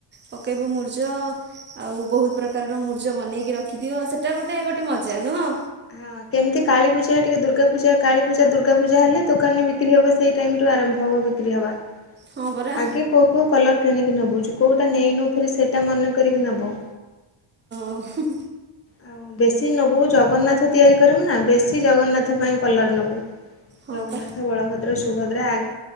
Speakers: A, on the right; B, on the left.
A: ପକେଇବ ମୁର୍ଜ। ଆଉ ବହୁତ୍ ପ୍ରକାରର ମୁର୍ଜ ବନେଇକି ରଖିଥିବ। ସେଟା ଗୋଟେ ଗୋଟେ ମଜା ନୁହଁ?
B: ହଁ କେମ୍ତି କାଳୀପୂଜା ଟିକେ ଦର୍ଗାପୂଜା କାଳୀପୂଜା ଦୁର୍ଗାପୂଜା ହେଲେ ଦୋକାନ୍ ରେ ବିକ୍ରି ହବ ସେଇ ଟାଇମ୍ ରୁ ଆରମ୍ଭ ହବ ବିକ୍ରି ହବା।
A: ହଁ ପରା
B: ଆଗେ କୋଉ କୋଉ କଲର୍ କିଣିକି ନବୁ। ଯୋ କୋଉଟା ନେଇନୁ ଫେରେ ସେଇଟା ମନେ କରିକି ନବୁ।
A: ଓହୁଁ।
B: ଆଉ ବେଶୀ ନବୁ ଜଗନ୍ନାଥ ତିଆରି କରିବୁ ନାଁ, ବେଶୀ ଜଗନ୍ନାଥ ପାଇଁ କଲର୍ ନବୁ।
A: ହଁ
B: ଜଗନ୍ନାଥ
A: ପା
B: ବଳଭଦ୍ର ସୁ ସୁଭଦ୍ରା ଆଗ୍-